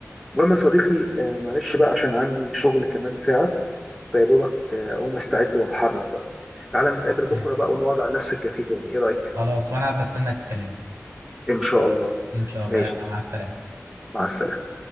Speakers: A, in the centre; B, on the right (about 70°).
A: المهم يا صديقي آه، معلش بقى عشان عندي شغل كمان ساعه فيا دوبك آه، اقوم استعد واتحرك بقى تعالى نتقابل
B: حصل
A: بكره بقى ونقعد على نفس الكافيه تاني ايه رايك
B: خلاص وانا بستناك تكلمني
A: ان شاء الله
B: ان شاء
A: ماشي
B: الله يلا مع السلامة
A: مع السلامه